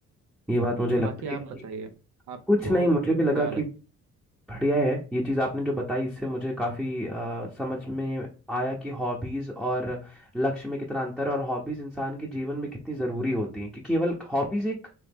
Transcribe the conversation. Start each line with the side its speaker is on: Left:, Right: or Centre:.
Centre: ये बात मुझे लगता
Right: बाकी आप
Centre: है कि
Right: अच्छा बताइए आपको
Centre: कुछ नहीं मुझे भी लगा
Right: क्या लग
Centre: कि बढ़िया है ये चीज़ आपने जो बताई इससे मुझे काफ़ी समझ में आया कि हॉबीज़ और लक्ष्य में कितना अंतर है और हॉबीज़ इंसान के जीवन में कितनी ज़रूरी होती हैं क्योंकि केवल हॉबीज़ एक